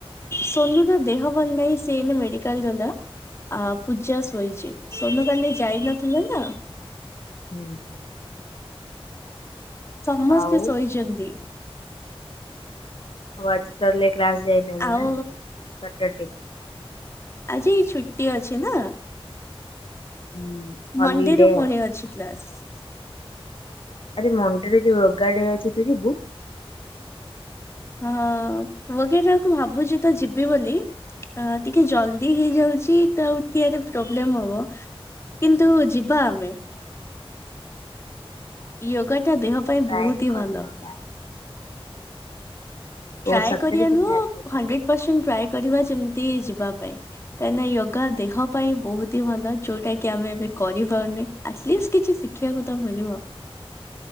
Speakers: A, on the left; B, on the left.
A: ସୋନୁୁର ଦେହ ଭଲ ନାହିଁ ସେନ ମେଡିକାଲ ଗଲା। ଆ ପୂଜା ଶୋଇଛି ସନକାଲି ଯାଇନଥିଲେ ନା।
B: ହୁଁ।
A: ସମସ୍ତେ
B: ଆଉ
A: ଶୋଇଛନ୍ତି।
B: ଆଉ ଆଜି ତାହେଲେ କ୍ଲାସ୍ ଯାଇନ ଆମେ
A: ଆଉ
B: ନା ସଟରଡେ?
A: ଜି ଛୁ ଛୁଟି ଅଛି ନା
B: ହୁଁ ହଲିଡେ
A: ମଣ୍ଡେରୁୁ ପୁଣି
B: ଆଉ।
A: ଅଛି କ୍ଲାସ।
B: ଆରେ ମଟରେ ଯୋଉ ରୋଗାଡ ଅଛି ତୁ ଯିବୁ
A: ହଁ ବଗେଇଟାକୁ ଭାବୁଛି ତ ଯିବି ବୋଲି। ଅ ଟିକେ ଜଲଦି ହେଇଯାଉଛି ତ ଉଠି ଆରେ ପ୍ରୋବ୍ଲେମ ହବ। କିନ୍ତୁ ଯିବା ଆମେ। ୟୋଗା ଟା ଦେହ ପାଇଁ
B: ଟ୍ରାଏ
A: ବହୁତ ହି
B: କରିବା।
A: ଭଲ। ଟ୍ରାଏ
B: ଓ ସତରେ
A: କରିୟା
B: କି
A: ନୁହଁ
B: ମୁଁ ଜାଣିନଥିଲି
A: ହଣ୍ଡ୍ରେଡ୍ ପର୍ଷେଣ୍ଟ ଟ୍ରାଏ କରିବା ଯେମିତି ଯିବା ପାଇଁ କାଇଁନା ୟୋଗା ଦେହ ପାଇଁ ବହୁତ ହି ଭଲ। ଯୋଉଟା କି ଆମେ ଏବେ କରିପାରୁନି ଆଟଲିଷ୍ଟ କିଛି ଶିଖିୟାକୁ ତ ମିଳିବ।